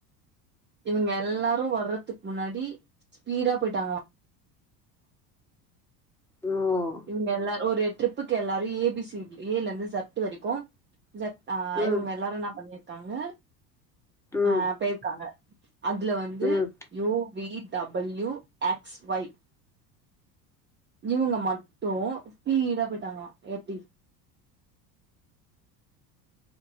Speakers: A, on the right; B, in the centre.
A: இவுங்க எல்லாரு வர்றதுக் முன்னாடி ஸ்பீடா போய்டிட்டாங்ளா
B: ம்
A: இவுங்க எல்லாரு ஒரு ட்ரிப்புக்கு எல்லாரு ஏ பி சி டி ஏல இருந்து ஜட்டு வரைக்கு ஜட் ஆ
B: ம்
A: இவுங்க எல்லாரு என்னா பண்ணிருக்காங்க
B: ம்
A: ஆ பேய்ருக்காங்க அதுல வந்து
B: ம்
A: U V W X Y இவுங்க மட் டு ஸ்பீடா போயிட்டாங்ளா எப்டி